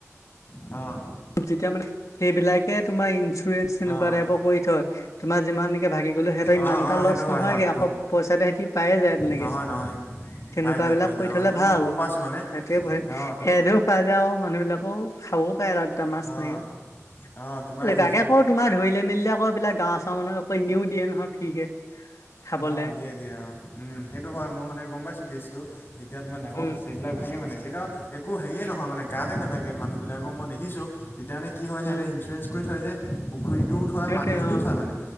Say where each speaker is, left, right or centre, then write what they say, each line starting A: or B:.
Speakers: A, on the left; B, on the left.
A: অ',
B: যেতিয়া মানে সেইবিলাকে তোমাৰ ইঞ্চুৰেঞ্চ এনেকুৱা
A: অঁ অঁ
B: টাইপৰ কৰি থয় তোমাৰ যিমানকে ভাগি গলে সিহঁত
A: অঁ
B: ইমান
A: অঁ
B: এটা
A: সেইটো
B: লছ
A: হয়
B: নহয়গে
A: হয়
B: আকৌ পইচাতে সিহতি পাই যায় তেনেকে।
A: নহয় নহয়
B: তেনেকুৱা
A: পাই যায়
B: বিলাক
A: পাই যায়
B: কৰি থলে
A: অঁ সেইটো
B: ভাল
A: মই গম পাইছোঁ মানে
B: সেটোৱে <unintelligible>
A: অঁ
B: পাই যায় আৰু মানুহ বিলাকও খাবও পাৰএটা, দুটা
A: অঁ
B: মাছ তেনেকে
A: অঁ তোমাৰ
B: <unintelligible>
A: ইঞ্চু
B: তোমাৰ ধৰিলে মেলিলে আকৌ এইবিলাক গাঁও-চাও মানুহে আকৌ এনেও দিয়ে নহয় ফ্ৰীকে। খাবলে
A: অ, দিয়ে - দিয়ে অ, উম, সেইটো হয় মই মানে গম পাইছো কেছটো যেতিয়া তোমাৰ ডাঙৰ
B: উম
A: ফিচাৰি এইবিলাক ভাঙে মানে কিত একো হেৰিয়ে নহয় মানে গাতে নেলাগে মানুহবিলাকৰ মই দেখিছোঁ। তেতিয়া মানে কি হয় সিহঁতে
B: উম
A: ইঞ্চুৰেঞ্চ কৰি থয় যে। পুখুৰীটোও থয়,
B: সেইটোৱে
A: মাটিখিনিও
B: অ
A: থয় মানে